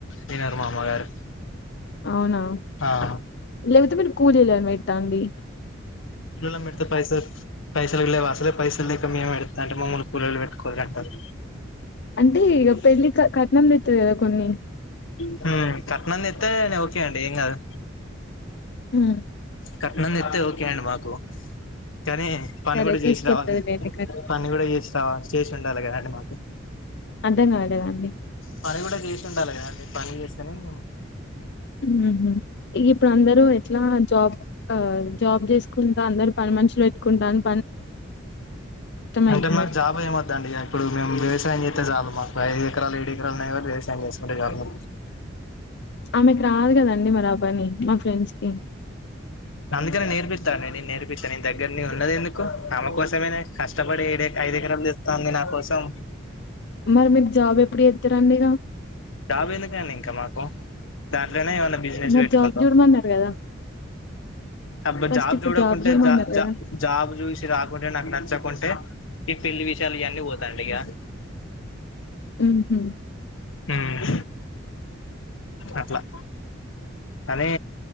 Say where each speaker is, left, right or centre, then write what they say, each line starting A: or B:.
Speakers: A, on the left; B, on the left.
A: వినరు మా అమ్మగారు
B: అవునా
A: ఆ
B: లేపోతే మీరు కూలిలను వెట్టండి
A: కూళ్ళోలన్ పెడితే పైసల్ పైసల్ లేవు అస్సలే పైసలు లేక మేము ఎ డుతాంటే మమ్మల్ని కూలీలు పెట్టుకోవాలంటారు
B: అంటే ఇగ పెళ్ళిక కట్నం తెత్తది కదా కొన్ని
A: మ్ కట్నం తెత్తే లవ్ చేయండి ఏం కాదు
B: ఉమ్
A: కట్నం తెత్తే ఓకే అండి మాకు కానీ పని
B: సరే
A: కూడా
B: తీసుకొత్తదిలేండి
A: చేసి రావాలి
B: కట్
A: పని కూడా చేసి రావ చేసి ఉండాలి కదండి మాకు
B: అర్ధం కాలేదండి
A: పని కూడా చేసి ఉండాలి కదాండి పని చేస్తేనే మేము
B: మ్ హు ఇప్పుడు అందరు ఎట్లా జాబ్ జాబ్ చేసుక్ కుంటా అందరు పని మనుషులు పెట్టుకుంటాను
A: అంటే
B: అయితది
A: మాకు
B: మరి
A: జాబు ఏమి వద్ద అండి ఇగ ఇప్పుడు మేము వ్యవసాయం చేతే చాలు మాకు ఐదు ఎకరాలు ఏడు ఎకరాలున్నాయి వ్యవసాయం చేసుకుంటే చాలు
B: ఆమెకు రాదు కదండి అవ్వన్ని మా ఫ్రెండ్స్ కి
A: అందుకనే నేర్పిస్తా అండి నేను నేర్పిస్తా నేను దగ్గర్నే నేను ఉన్నది ఎందుకు ఆమె కోసమేనే కష్టపడే ఇక ఐదు ఎకరం తెస్తాంది నా కోసం
B: మరి మీరు జాబ్ ఎప్పుడు చేస్తారండి ఇగ
A: జాబ్ ఎందుకండి ఇంకా మాకు దాంట్లోనే ఏమన్నా బిజినెస్
B: మరి
A: పెట్టుకుంటాం
B: జాబ్ చూడమన్నారు కదా
A: అబ్బ
B: ఫస్ట్
A: జాబ్
B: ఇప్పుడు
A: చూడకుంటే
B: చూడమన్నారు
A: జ
B: కదా
A: జ జాబ్ చూసి రాకుండా నాకు నచ్చకుంటే ఈ పెళ్లి విషయాలు ఇవన్నీ వద్దండి ఇగ
B: హ్మ్ హు
A: మ్ అట్లా కానీ